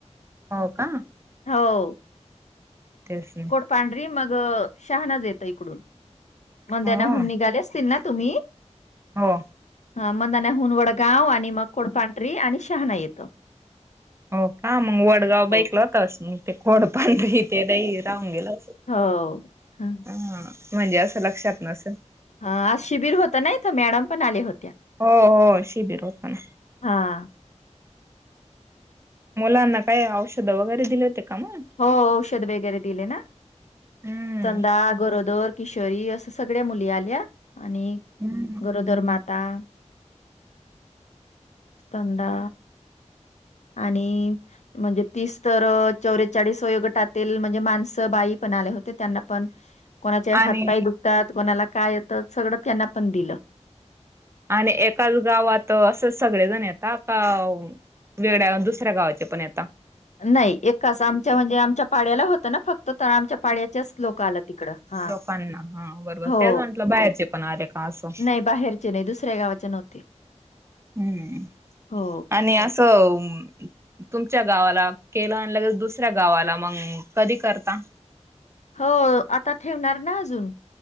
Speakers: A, on the right; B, on the left.
A: हो का..
B: हो..
A: तेच ना.
B: कोठ पांढरी मग शहानाच येत इकडून मंद्यानाहून
A: हो
B: निघालेस तिनना‌ तुम्ही.
A: हो.
B: हा मंदाना हुनवडगाव, आणि मग कोडपांढरी, आणि शहाणा येतो.
A: हो का मग वडगाव
B: हो
A: बाईकला होतास मग ते खोड पांढ इथे दही राहून गेलं.
B: हो ह
A: हा म्हणजे असं लक्षात नसेलऽऽ
B: हा आज शिबिर होत ना इथं मॅडम पण आले होते..
A: हो हो, शिबीर होतं.
B: हा
A: मुलांना काय औषध वगैरे दिले होते का मग
B: हो औषध वगैरे दिले,, ना
A: हम्म
B: स्तनदा, गरोदर, किशोरी, असं सगळ्या मुली आल्या आणि
A: हम्म
B: गरोदरर्मातऽऽ संदा आणि म्हणजे तीस तर चौरेचाळी वयोगटातील ट म्हणजे माणसं बाई ण आले होते त्यांना पण कोणाचे
A: आणि
B: हातपाय दुखतात कोणाला काय येतं सगळं त्यांना पण दिलं
A: आणि एकाच गावात असं सगळेजण येतात का वेळा दुसऱ्या दुसऱ्या गावाचे पण येतात
B: नाही एक कसं आमच्या म्हणजे आमच्या पाड्याला होतं ना फक्त तर आमच्या पाळच्याचं लोक आला तिकडं हा
A: लोकांना हा बरोबर
B: हो
A: तेच म्हंटलं बाहेरचे पण आले का असं
B: नाही. बाहेरचे नाही दुसऱ्या गावाचे नव्हते
A: हम्म
B: हो
A: आणि असं तुमच्या गावाला केलं आणलंगेल दुसऱ्या गावाला मग कधी करता?
B: हो आता ठेवणार ना अजून